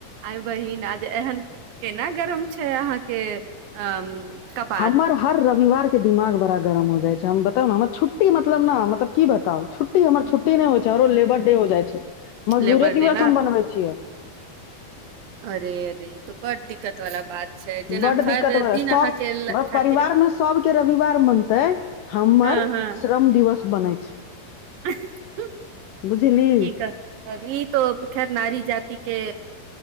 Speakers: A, on the right; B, on the left.
A: आइ बहिन आज एहन केना गरम छै अहाँके अ कपार
B: हमर हर रविवार के दिमाग बड़ा गरम हो जाइ छै हम बताउ ने हमर छुट्टी मतलब ने मतलब की बताउ छुट्टी हमर छुटी नै होइ छै आरो लेबर डे हो जाय छै मजदूरे
A: लेबर
B: दिवस
A: डे न
B: हम बनवे छिये
A: अरे अरे ई तो बड़ दिक्कत वाला बात छै
B: बड
A: जेना
B: दिक्कत
A: हर
B: भेल
A: दिन
B: सब
A: अहाँ ल
B: परिवार
A: खातिर
B: मे सबके रविवार मनतै हमर
A: हँ हँ
B: श्रम दिवस बनै छै
A: <unintelligible>
B: बुझली
A: की कह ई तो खैर नारी जाति के